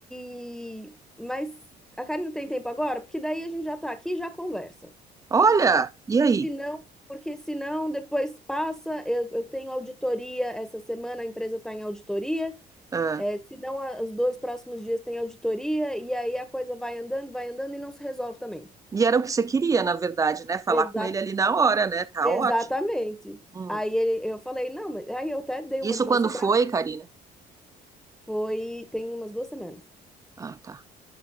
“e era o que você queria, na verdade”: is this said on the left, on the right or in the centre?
Right